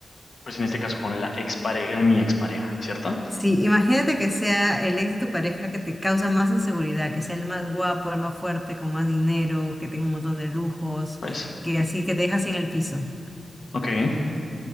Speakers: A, on the left (about 65°); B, in the centre.
A: pues en este caso con la expareja de mi expareja, ¿cierto?
B: Sí, imagínate que sea el ex de tu pareja que te causa más inseguridad, que sea el más guapo, el más fuerte, con más dinero, que tenga un montón de lujos,
A: Pues,
B: que así que te deja así en el piso.
A: ok.